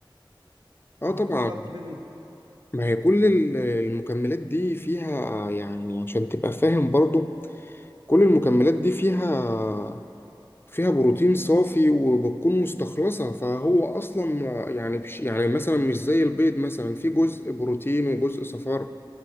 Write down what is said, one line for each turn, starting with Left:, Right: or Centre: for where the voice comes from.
Left: آه
Right: انت
Left: طبعا
Right: تقدر تفيدني
Left: ما هي كل ال- المكملات دي فيها يعني عشان تبقى فاهم برضو كل المكملات دي فيها فيها بروتين صافي وبتكون مستخلصة فهو أصلا يعني بش يعني مثلا مش زي البيض مثلا في جزء بروتين وجزء صفار